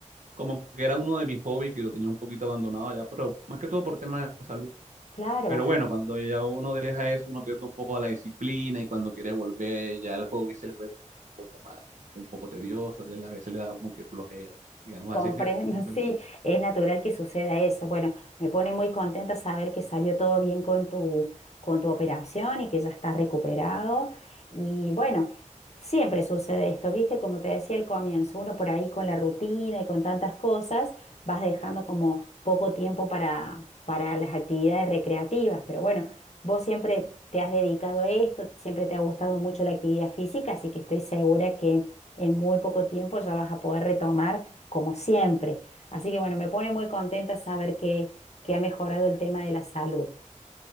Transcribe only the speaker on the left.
claro.
Comprendo,
<laughs>
sí, es natural que suceda eso. Bueno, me pone muy contenta saber que salió todo bien con tu, con tu operación y que ya está recuperado. Y bueno, siempre sucede esto, ¿viste? Como te decía al comienzo, uno por ahí con la rutina y con tantas cosas, vas dejando como poco tiempo para, para las actividades recreativas. Pero bueno, vos siempre te has dedicado a esto, siempre te ha gustado mucho la actividad física, así que estoy segura que en muy poco tiempo ya vas a poder retomar como siempre. Así que bueno, me pone muy contenta saber que, que ha mejorado el tema de la salud.